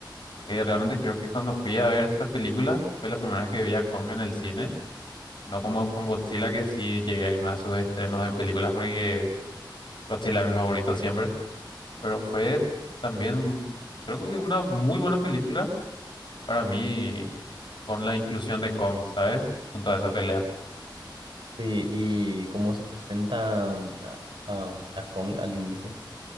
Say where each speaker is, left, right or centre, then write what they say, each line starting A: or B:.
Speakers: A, on the left (about 70°); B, on the right (about 85°).
A: eh, realmente creo que cuando fui a ver esta película fue la primera vez que vi a Kong en el cine, no como con Godzilla que sí llegué a irme a sus estrenos de películas porque Godzilla es mi favorito siempre, pero fue también creo que una muy buena película para mí con la inclusión de Kong, ¿sabes? Junto a esa pelea.
B: Sí, y cómo se presentan a, a- a Kong al inicio,